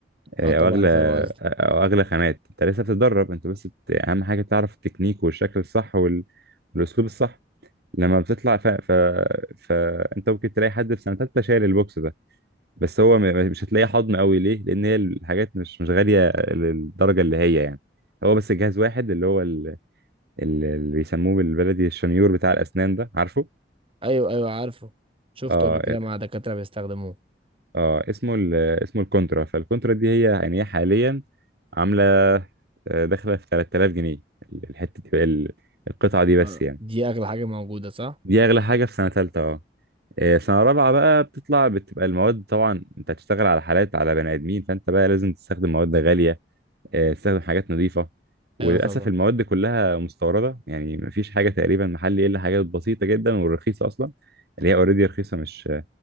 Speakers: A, on the right; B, on the right.
A: آه،
B: اه طبعا
A: او اغلى
B: فاهم قصدي
A: او اغلى خامات انت لسه بتتدرب انت بس بت... اهم حاجه تعرف التكنيك والشكل الصح وال... والاسلوب الصح لما بتطلع ف... ف... فانت ممكن تلاقي حد في سنه تالته شايل البوكس ده بس هو م... مش هتلاقيه حضن قوي ليه لان هي الحاجات مش مش غاليه للدرجه اللي هي يعني هو بس جهاز واحد اللي هو ال- ال- اللي بيسموه بالبلدي الشنيور بتاع الاسنان ده عارفه
B: ايوه ايوه عارفه شفته
A: اه
B: قبل كده مع دكاترة بيستخدموه
A: اه اسمه ال اسمه الكونترا فالكونترا دي هي يعني هي حاليا عامله آه، داخله في 3000 جنيه الحته دي بقى ال- القطعه دي بس
B: آه،
A: يعني
B: دي اغلى حاجة موجودة صح
A: دي اغلى حاجه في سنه ثالثه اه آه، سنه رابعه بقى بتطلع بتبقى المواد طبعا انت هتشتغل على حالات على بني ادمين فانت بقى لازم تستخدم مواد غاليه آه، تستخدم حاجات نظيفه وللاسف
B: ايوه طبعا
A: المواد دي كلها مستورده يعني مفيش حاجه تقريبا محلي الا حاجات بسيطه جدا والرخيصه اصلا اللي هي اوريدي رخيصه مش